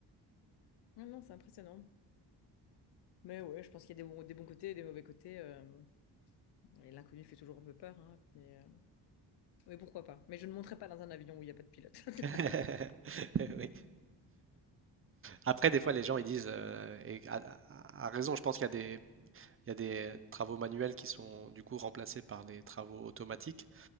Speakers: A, on the left; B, on the right.
A: Ouais, non, c'est impressionnant. Mais ouais, je pense qu'il y a des bons, des bons côtés et des mauvais côtés. euh, et l'inconnu fait toujours un peu peur. hein, mais, euh, Oui, pourquoi pas. Mais je ne monterai pas dans un avion où il n'y a pas de pilote. <laughs>
B: <laughs> Oui. Après, des fois, les gens ils disent, euh, et à, à- à raison, je pense qu'il y a des, il y a des travaux manuels qui sont du coup remplacés par des travaux automatiques,